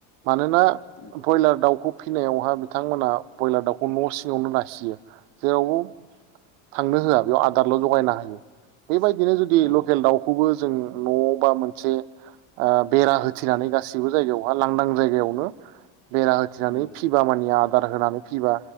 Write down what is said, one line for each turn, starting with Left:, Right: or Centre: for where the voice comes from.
Right: मानोना
Left: नंगौ
Right: ब्रयलार दाउखौ फिनायावहा ब्रयलार दाउखौ न' सिङावनो नायसियो जेरावबो थांनो होआ बेयाव आदारल' जगायना हायो बेबायदिनो जुदि
Left: औ
Right: लकेल दाउखौबो जों न' बा मोनसे ओ बेरा होथिनानै गाैबो जायगायावहा लांदां जायगायावनो बेरा होथिनानै
Left: नंगौ
Right: फिबा मानिया आरो दार होनानै फिबा